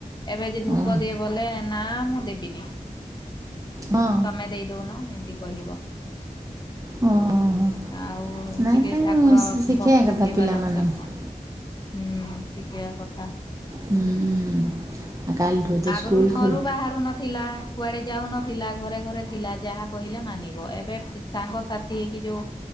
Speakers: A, on the left; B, on the right.
A: ଏବେ ଯେ ଧୂପ
B: ହଁ
A: ଦିଏ ବୋଲେ ନା ମୁଁ ଦେବିନି।
B: ହଁ
A: ତମେ ଦେଇଦଉନ ଏମିତି କହିବ।
B: ହଁ
A: ଆଉ
B: ନାଇଁ
A: ଟିକେ
B: ତାଙ୍କୁ
A: ଠାକୁର
B: ଶିଖେଇବା
A: ଭକ୍ତି
B: କଥା
A: ଥିବା
B: ପିଲାମାନଙ୍କୁ
A: ଦରକାର। ହୁଁ ଶଖିବା କଥା ହୁଁ
B: ହୁଁ। ଆଉ କାଲିଠୁ ତ
A: ଆଗରୁ
B: ସ୍କୁଲ
A: ଘରୁ
B: ଖୋଲି
A: ବାହାରୁ ନଥିଲା। କୁଆଡ଼େ ଯାଉନଥିଲା ଘରେ ଘରେ ଥିଲା ଯାହା କହିଲେ ମାନିବ ଏବେ ସାଙ୍ଗସାଥି ହେଇକି ଯେଉଁ